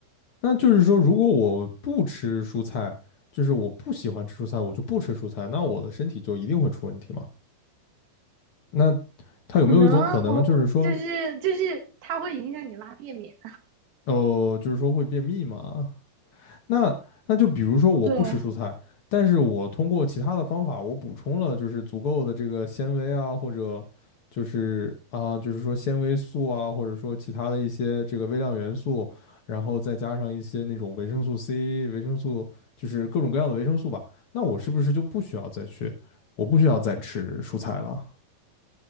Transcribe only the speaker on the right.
可能我我就是就是它会影响你拉便便。
对，